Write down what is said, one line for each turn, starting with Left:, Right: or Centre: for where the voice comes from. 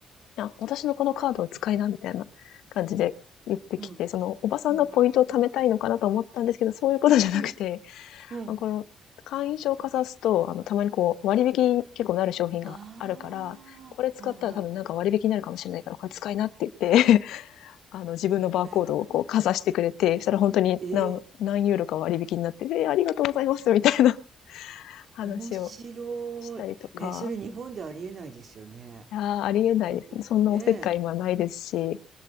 Left: いや、私のこのカードを使いな、みたいな感じで言ってきて、
Right: うん。
Left: その、おばさんがポイントを貯めたいのかなと思ったんですけど、
Right: うん
Left: そういうことじゃなくて、
Right: うん、うん。
Left: まあこの会員証をかざすと、あの、たまにこう、割引に結構なる商品があるから、
Right: ああ、
Left: これ使ったら多分なんか割引になるかもしれないから、
Right: はいは
Left: これ使いなって言って、<laughs> あの、自分のバーコードをこう、
Right: い。<laughs>
Left: かざしてくれて、したら本当に何、
Right: え、え
Left: 何ユーロか割引になって、えーありがとうございます、みたいな <laughs> 話を
Right: ー、面白い。
Left: したりとか、
Right: え、それ日本でありえないですよね。
Left: いやーありえないですね。
Right: 人のね、
Left: そんなおせっかい今ないですし、